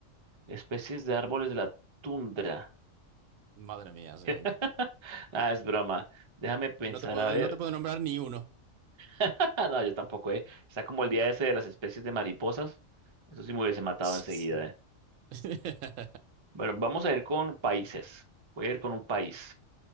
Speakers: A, on the right (about 30°); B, on the right (about 80°).
A: especies de árboles de la tundra.
B: Madre mía, sí, venga.
A: <laughs> Ah, es broma. Déjame pensar,
B: No te puedo,
A: a ver.
B: no te puedo nombrar ni uno.
A: <laughs> No, yo tampoco, eh. Está como el día ese de las especies de mariposas. Eso sí me hubiese matado
B: Sí,
A: enseguida,
B: sí.
A: eh.
B: <laughs>
A: Bueno, vamos a ir con países. Voy a ir con un país.